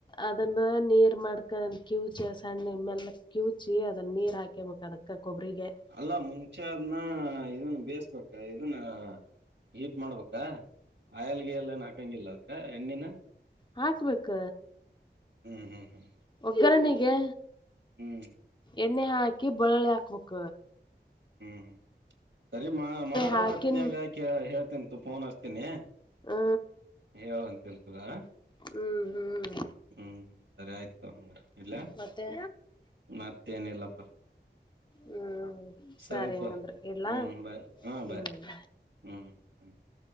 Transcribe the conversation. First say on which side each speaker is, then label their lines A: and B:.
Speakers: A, on the left; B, on the right.
A: ಅದನ್ನ. ಅದ ನೀರ ಮಾಡ್ಕನಂದ ಕ್ಯೂಚಿ ಸಣ್ಣ ಮೆಲ್ಲಕ ಕ್ಯೂಚಿ ಅದನ್ನ ನೀರ ಹಾಕಬೇಕ ಅದಕ್ಕ. ಕೊಬ್ಬರಿಗೆ.
B: ಅಲ್ಲ ಮುಂಚೆ ಅದನ್ನ ಇದನ್ನ ಬೇಯಿಸಬೇಕ ಇದನ್ನ ಹೀಟ್ ಮಾಡ್ಬೇಕ. ಕ ಆಯಿಲ್ ಗಿಯಿಲ ಏನ್ ಹಾಕಂಗಿಲ್ಲ ಅದಕ್ಕ. <unintelligible> ಎಣ್ಣಿನ.
A: ಹಾಕ್ಬೇಕ
B: ಹ್ಮ್ ಹ್ಮ್ ಹ್ಮ್
A: ಒಗ್ಗರಣಿಗ. ಗೆ.
B: ಹ್ಮ್.
A: ಎಣ್ಣೆ ಹಾಕಿ ಬಳ್ಳಳ್ಳಿ ಹಾಕ್ಬೇಕ.
B: ಹ್ಮ್ ಹ್ಮ. ಸರಿ ಮಾ ಮಾ ಮಾಡು
A: ಹಾಕಿನ್
B: ಹೊತ್ತನ್ಯಾಗ ಕೇಳ ಹೇಳ್ತೀನ ತೊಗೊ ಫೋನ್ ಹಚ್ತೀನಿ.
A: ಹಾ
B: ಹೇಳುವಂತಿ ಅಂತ ತೊಗೊ.
A: ಹ್ಮ್ ಹ್ಮ್.
B: ಹ್ಮ್ ಸರಿ ಆಯ್ತು ಅ್ರ ಇಲ್ಲ
A: ಮತ್ತೆ
B: ಮತ್ತೇನಿಲ್ಲಪ್ಪಾ
A: ಹ್ಮ್
B: ಸರಿತ್ವಾ
A: ಸರಿ ಹಂಗಂದ್ರ ಇಡ್ಲಾ
B: ಹ್ಮ್ ಬಾಯ್ ಹಾ ಬಾಯ್
A: ಹ್ಮ್
B: ಹ್ಮ್ ಹ